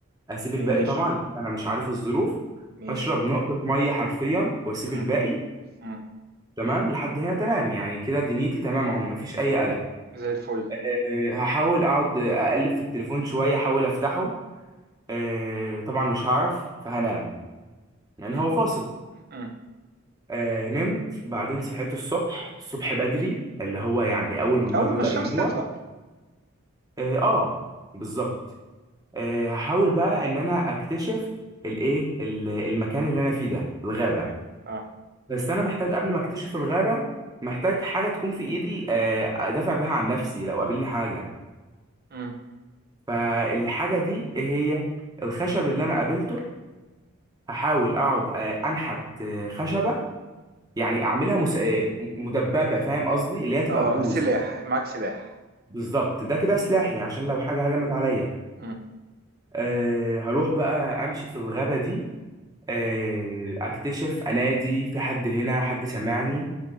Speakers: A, on the right (about 20°); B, on the right (about 50°).
A: اسيب الباقي
B: ماشي،
A: طبعا لان انا مش عارف الظروف
B: ماشي،
A: هشرب نقطة مية حرفيا واسيب
B: إمم،
A: الباقي
B: إمم،
A: تمام لحد هنا تمام يعني كده دنيتي تمام اهو مفيش اي قلق
B: زي الفل،
A: آه هحاول اقعد آه، اقلب في التليفون شوية احاول افتحه آه طبعا مش هعرف فهنام يعني
B: إمم،
A: هو فاصل
B: إمم،
A: آه نمت بعدين صحيت الصبح الصبح بدري اللي هو يعني
B: إمم.
A: اول ما النهار
B: أول ما
A: بدأ
B: الشمس
A: ينور
B: تطلع.
A: اه آه، بالظبط آه، هحاول بقى ان انا اكتشف الايه ال- المكان اللي انا فيه ده الغابه
B: تمام، آه،
A: بس انا محتاج قبل ما اكتشف الغابه محتاج حاجه تكون في ايدي آه، ادافع بيها عن نفسي لو قابلني حاجه
B: إمم،
A: فالحاجه دي إيه هي الخشب اللي انا قابلته هحاول اقعد آه، انحت آه، خشبه يعني اعملها مس... آه، مدببه فاهم قصدي اللي هي تبقى
B: آه،
A: ببوز
B: سلاح، معاك سلاح،
A: بالظبط ده كده سلاحي عشان لو حاجه هجمت عليا
B: إمم،
A: أه هروح بقى امشي في الغابه دي آه، اكتشف انادي في حد هنا حد سمعني